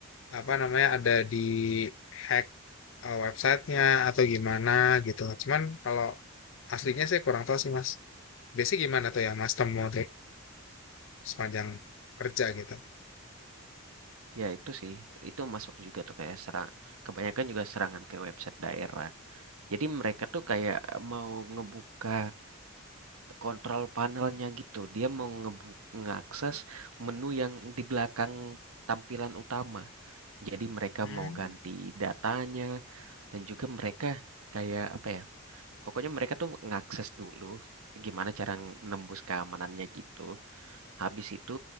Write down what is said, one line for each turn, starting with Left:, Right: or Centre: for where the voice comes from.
Left: apa namanya ada di hack eh, websitenya atau gimana gitu. Cuman kalau aslinya saya kurang tahu sih Mas. Biasanya gimana tuh yang Mas temuin sepanjang kerja gitu?
Right: Ya itu sih, itu masuk juga tuh kayak serang. Kebanyakan juga serangan ke website daerah. Jadi mereka tuh kayak mau ngebuka kontrol panelnya gitu. Dia mau ngebu ngeakses menu yang di belakang tampilan utama. Jadi mereka
Left: Hmm,
Right: mau ganti datanya dan juga mereka kayak apa ya? Pokoknya mereka tuh ngakses dulu gimana cara nembus keamanannya gitu. Habis itu